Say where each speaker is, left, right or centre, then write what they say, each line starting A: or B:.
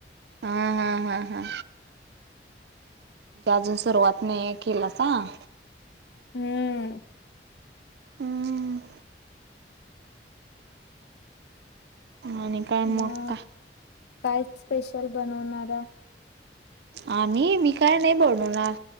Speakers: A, on the right (about 70°); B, on the left (about 75°).
A: हा हा हा हा अजून सुरुवात नाही केलास आं
B: हम्म.
A: हम्म. आणि काय
B: मग
A: का
B: काय स्पेशल बनवणार आहे?
A: आम्ही मी काय नाही बनवणार